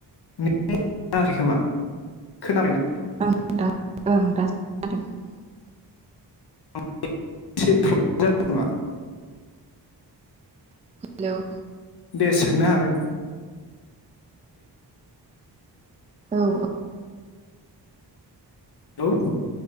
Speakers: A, on the left (about 65°); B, on the right (about 15°).
A: <unintelligible> खोमा खोनाबायना
B: <unintelligible>
A: <unintelligible>
B: हेल'
A: दे सोंनो हागोन
B: औ औ
A: हेलौ